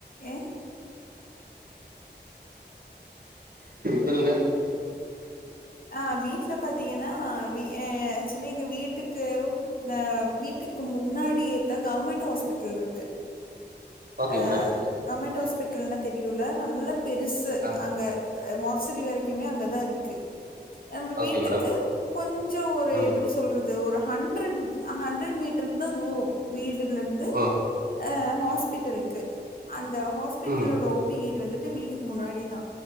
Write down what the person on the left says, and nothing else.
ஏ
ஆ வீட்ல பாத்தீங்கன்னா வீ ஆக்சுலி எங்க வீட்டுக்கு அ வீட் டுக்கு முன்னாடியேதா கவுர்மெண்ட் ஹாஸ்பிட்டல்ருக்கு
அ
கவ்ர்மெண்ட் ஹாஸ்பிட்டல்னா தெரியுல்ல நல்ல பெருசு
அங்க மார்ச்ச ரி வரைக்குமே அங்கதா இருக்கு நம்ம வீட்டுக்கு
கொஞ்சோ ஒரு
எப்பிடி சொல்ற து ஒரு ஹண்ட்ரட் ஹண்ட்ரட் மீட்டர் தா தூரோ வீடுலர்ந்து
அ ஹாஸ்பிட்டல்க்கு அந்த ஹாஸ்பிட்டலோட
ஓ பி கேட் வந்துட்டு வீட்டுக் முன்னாடி தா